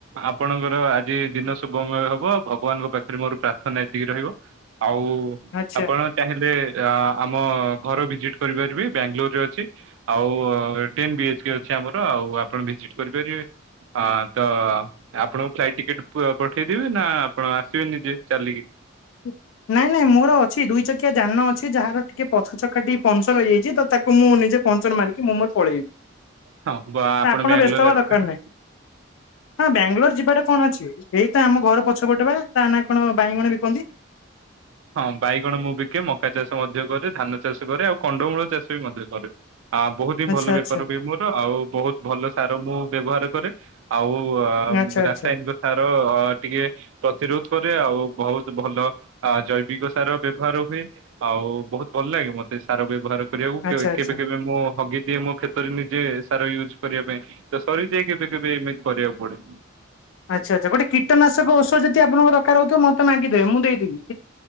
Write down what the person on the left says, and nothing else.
ଆଚ୍ଛା।
ନାଇଁ ନାଇଁ। ତାକୁ ମୁଁ ନିଜେ ପହଞ୍ଚର ମାରିକି ମୁଁ ମୋର ପଳେଇବି। ଆପଣ ବ୍ୟସ୍ତ ହବା
ଦରକାର
ନାହିଁ
ହଁ ବାଙ୍ଗଲୋର ଯିବାରେ କଣ ଅଛି। ଏଇତ ଆମ ଘର ପଛପଟେ ବା ତାନା କଣ ବାଇଗଣ ବିକନ୍ତି।
ଆଚ୍ଛା
ଆଚ୍ଛା
ଆଚ୍ଛା ଆଚ୍ଛା
ଆଚ୍ଛା ଆଚ୍ଛା।
ଆଚ୍ଛା ଆଚ୍ଛା ଗୋଟେ କଟନାଶକ ଔଷଧ ଯଦି ଆପଣଙ୍କ ଦରକାର ହଉଥିବ ମତେ ମା